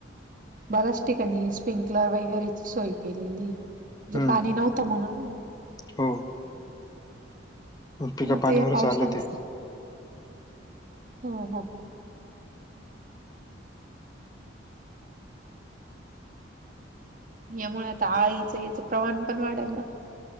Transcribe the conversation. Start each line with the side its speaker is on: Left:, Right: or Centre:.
Right: बऱ्याच ठिकाणी स्प्रिंकल वगैरेची सोय केलेली ये म्हणजे
Left: हम्म
Right: पाणी नव्हतं म्हणून.
Left: हो. पिकं
Right: म
Left: पाण्यावरच
Right: ते या पावसानीच
Left: आले ते
Right: हो हो. यामुळे आता अळीच याच प्रमाण पण वाढेल ना